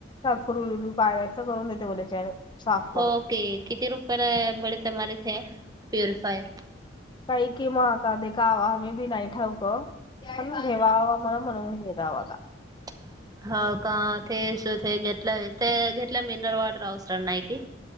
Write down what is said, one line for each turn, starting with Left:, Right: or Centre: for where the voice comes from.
Left: फुरूिर पाय तर करून देते बोोलच्या आणि साफ करून
Right: होके किती रुपयाला मिळेथ प्युरिफायर
Left: काही किमताध काव आम्ही बी नाही ठावक पण ठेवा मला म्हणून घेतवाता
Right: च हो का ते सुू ते घेतला व ते घेतल्या मिनरल वॉटर अवसर नाही की